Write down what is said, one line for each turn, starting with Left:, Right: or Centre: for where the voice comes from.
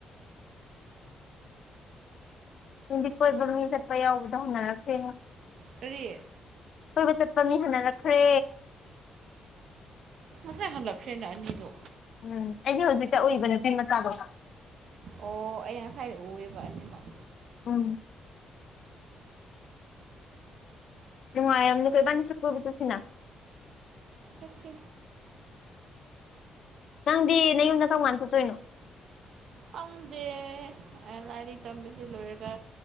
Left: ꯅꯨꯗꯤꯠ ꯀꯣꯏꯕ ꯃꯤ ꯆꯠꯄ ꯌꯥꯎꯕꯗꯣ ꯍꯅꯔꯛꯈ꯭ꯔꯦꯉꯣ
Right: ꯀꯔꯤ
Left: ꯀꯣꯏꯕ ꯆꯠꯄ ꯃꯤ ꯍꯟꯅꯔꯛꯈ꯭ꯔꯦ
Right: ꯉꯁꯥꯏ ꯍꯜꯂꯛꯈ꯭ꯔꯦꯅ ꯑꯅꯤꯗꯣ
Left: ꯎꯝ ꯑꯩꯗꯤ ꯍꯧꯖꯤꯛꯇ ꯎꯏꯕ ꯅꯨꯄꯤ ꯃꯆꯥꯗꯣ
Right: ꯑꯣ ꯑꯩ ꯉꯁꯥꯏꯗ ꯎꯑꯦꯕ ꯑꯅꯤꯃꯛ
Left: ꯎꯝ ꯅꯨꯡꯉꯥꯏꯔꯝꯅꯤꯗ ꯏꯕꯥꯅꯤꯁꯨ ꯁꯤꯅ
Right: ꯆꯠꯁꯦ
Left: ꯅꯪꯗꯤ ꯅꯌꯨꯝꯗ ꯀꯝꯀꯟ ꯆꯠꯇꯣꯏꯅꯣ
Right: ꯈꯪꯗꯦ ꯂꯥꯏꯔꯤꯛ ꯇꯝꯕꯁꯤ ꯂꯣꯏꯔꯒ